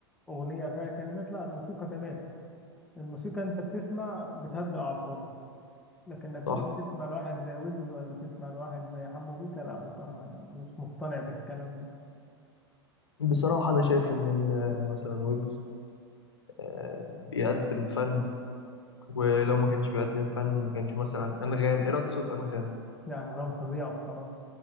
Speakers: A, in the centre; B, on the left.
A: أغنية فيها كلمات لا الموسيقى تمام الموسيقى أنت بتسمع بتهدأ أعصابك لكن إنك
B: صح
A: تروح تسمع لواحد زي ويجز ولا تسمع لواحد زي حمو بيكا لا بصراحة أنا مش مقتنع بالكلام ده
B: بصراحة أنا شايف إن ال- مثلا ويجز آه، بيقدم فن ولو ما كانش بيقدم فن ما كانش مثلا أنغام إيه رأيك في صوت أنغام؟
A: يعني أنغام فظيعة بصراحة